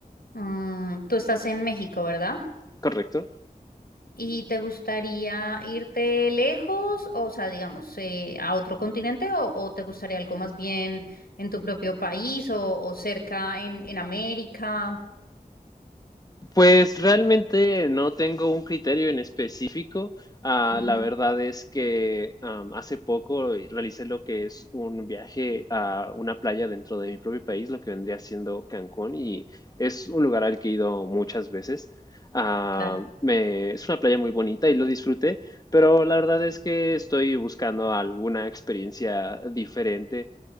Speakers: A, on the left; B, on the left.
A: Mm, tú estás en México, ¿verdad?
B: ¿correcto?
A: ¿Y te gustaría irte lejos, o sea, digamos, eh, a otro continente, o, o te gustaría algo más bien en tu propio país o, o cerca en, en América?
B: Pues realmente no tengo un criterio en específico. Ah,
A: Ujú,
B: la verdad es que am, hace poco realicé lo que es un viaje a una playa dentro de mi propio país, lo que vendría siendo Cancún, y es un lugar al que he ido muchas veces. Ah,
A: claro,
B: me- es una playa muy bonita y lo disfruté, pero la verdad es que estoy buscando alguna experiencia diferente